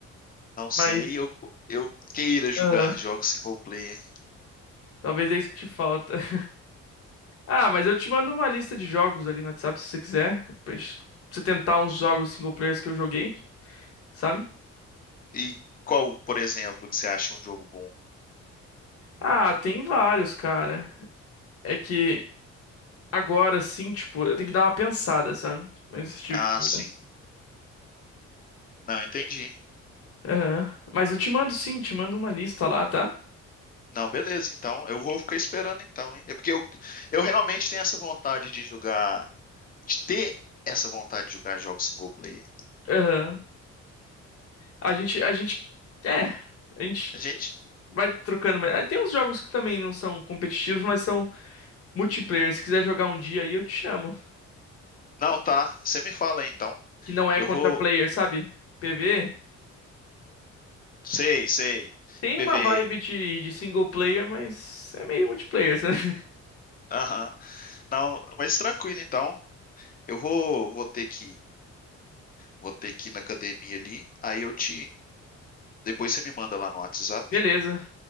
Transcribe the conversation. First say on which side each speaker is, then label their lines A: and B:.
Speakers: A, on the left; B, on the left.
A: não sei,
B: mas.
A: eu, eu queira jogar
B: Aham,
A: jogos single player.
B: talvez é isso que te falta. <laughs> Ah, mas eu te mando uma lista de jogos ali no WhatsApp se você quiser. Pra gente- pra você tentar uns jogos single players que eu joguei, sabe?
A: E qual, por exemplo, que você acha um jogo bom?
B: Ah, tem vários, cara. É que agora sim, tipo, eu tenho que dar uma pensada, sabe? Nesse tipo
A: Ah,
B: de-
A: sim. Não, entendi.
B: Aham. Mas eu te mando sim, te mando uma lista lá, tá?
A: Não, beleza, então eu vou ficar esperando então, hein? É porque eu, eu realmente tenho essa vontade de jogar, de ter essa vontade de jogar jogos single player.
B: Aham. A gente, a gente, é, a gente
A: A gente,
B: vai trocando. mas- ah, Tem uns jogos que também não são competitivos, mas são multiplayer. Se quiser jogar um dia aí, eu te chamo.
A: não tá, você me fala aí, então.
B: Que não é
A: Eu
B: contra
A: vou,
B: player, sabe? PV
A: sei, sei.
B: tem
A: PvE.
B: uma vibe de, de single player, mas é meio multiplayer, sabe? <laughs>
A: Aham. Não, mas tranquilo então. Eu vou, vou ter que, vou ter que ir na academia ali. Aí eu te, depois você me manda lá no WhatsApp,
B: Beleza.